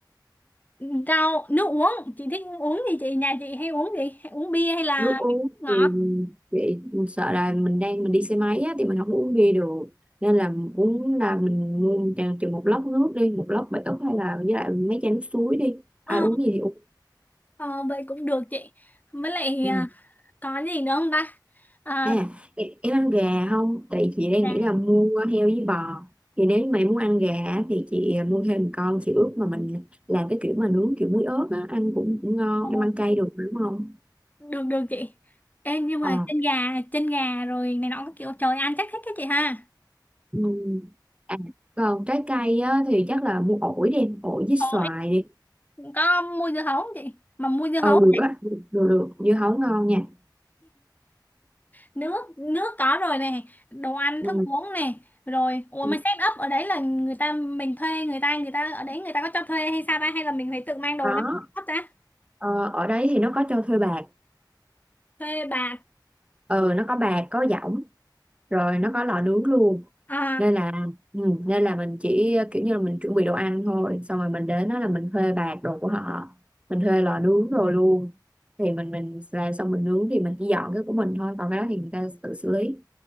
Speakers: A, on the left (about 20°); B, on the right (about 15°).
A: ừm, rau nước uống, chị thích uống gì chị nhà chị hay uống gì? Hay uống bia hay là
B: nước uống
A: uống ngọt?
B: thì chị sợ là mình đang mình đi xe máy á, thì mình không có uống bia được nên là uống là mình mua chừng chừng một lốc nước đi một lốc bể ức hay là với lại mấy chai nước suối đi ai
A: Ờ,
B: uống gì thì uống
A: ờ, vậy cũng được chị. Với lại
B: Ừ.
A: ờ, có gì nữa không ta? À,
B: À, em em ăn gà không? Tại chị đang
A: nè,
B: nghĩ là mua heo với bò. Thì nếu như mà em muốn ăn gà á, thì chị à, mua thêm một con chị ướp mà mình làm cái kiểu mà nướng kiểu muối ớt á, ăn cũng cũng ngon.
A: ờ,
B: Em ăn cay được đúng không?
A: được được chị Ê, nhưng mà
B: À,
A: chân gà chân gà rồi này nọ các kiểu trời ăn chắc thích cái chị ha
B: ừ. À, còn trái cây á, thì chắc là mua ổi đi, ổi với
A: Ồ,
B: xoài đi.
A: có mua dưa hấu không chị mà mua dưa hấu
B: Ừ được á, được được, dưa hấu ngon nha.
A: nước nước có rồi này đồ ăn
B: Ừ.
A: thức uống này rồi ủa
B: ừ,
A: mà set up ở đấy là người ta mình thuê người ta người ta ở đấy người ta có cho thuê hay sao ta hay là mình phải tự mang đồ
B: Đó.
A: đâu hấp ta
B: Ờ, ở đấy thì nó có cho thuê bạc
A: thuê bà
B: ừ nó có bạc có dỏng rồi nó có lò nướng luôn
A: à
B: nên là ừ, nên là mình chỉ kiểu như là mình chuẩn bị đồ ăn thôi xong rồi mình đến đó là mình thuê bạc đồ của họ mình thuê lò nướng rồi luôn thì mình mình làm xong mình nướng thì mình chỉ dọn cái của mình thôi còn cái đó thì người ta tự xử lý